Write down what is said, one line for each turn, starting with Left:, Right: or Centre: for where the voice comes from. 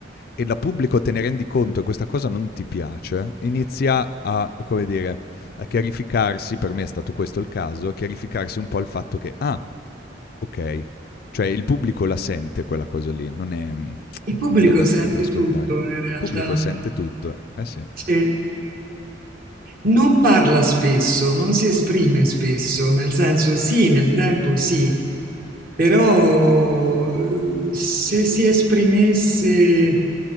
Left: e da pubblico te ne rendi conto e questa cosa non ti piace, inizia a, come dire, a chiarificarsi, per me è stato questo il caso, a chiarificarsi un po' il fatto che: "Ah, okay". Cioè il pubblico la sente quella cosa lì, non è mhmm
Right: Il pubblico
Left: non è da
Right: sente
Left: dare per scontato.
Right: tutto in realtà,
Left: Il pubblico sente tutto, eh sì.
Right: Sì. Non parla spesso, non si esprime spesso, nel senso sì, nel tempo sì, però eh, se si esprimesse...